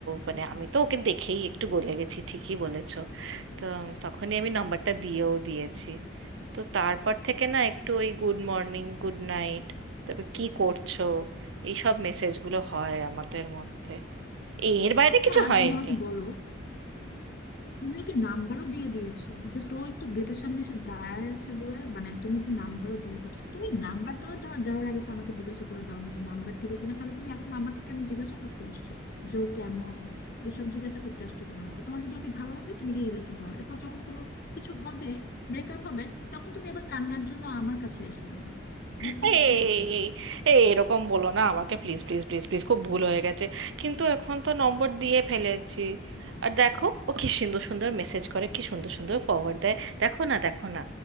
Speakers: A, on the right; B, on the left.
A: মানে আমি তো ওকে দেখেই একটু গলে গেছি ঠিকই বলেছো তো উম, তখনই আমি নাম্বারটা দিয়েও দিয়েছি তো তারপর থেকে না একটু ওই গুড মর্নিং গুড নাইট তারপর কি করছো এইসব মেসেজগুলো হয় আমাদের মধ্যে এর বাইরে কিছু
B: না
A: হয়নি
B: তুমি আমাকে বলো তুমি ওকে নাম্বারও দিয়ে দিয়েছো জাস্ট ও একটু গেটের সামনে এসে দাঁড়ায় আছে বলে মানে তুমি ওকে নাম্বারও দিয়ে দিয়েছো তুমি নাম্বার দেওয়ার দেওয়ার দেওয়ার আগে তো আমাকে জিজ্ঞাসা করে দাওনি যে নাম্বার দিব কিনা তাহলে তুমি এখন আমাকে কেন জিজ্ঞাসা করতে আসছো যে ও কেমন এসব জিজ্ঞাসা করতে আসছো কেন আমাকে তোমার যদি ওকে ভালো লাগে তুমি গিয়ে রিলেশন করো এরপর যখন কোনো কিছু হবে ব্রেকআপ হবে তখন তুমি আবার কান্নার জন্য আমার কাছে এসো না আমি
A: এই
B: তোমাকে কিছু করতে পারবো না।
A: এই এরকম বলো না আমাকে প্লিজ প্লিজ প্লিজ প্লিজ খুব ভুল হয়ে গেছে কিন্তু এখন তো নম্বর দিয়ে ফেলেছি আর দেখো ও কি সুন্দর সুন্দর মেসেজ করে কি সুন্দর সুন্দর ফরওয়ার্ড দেয় দেখো না দেখো না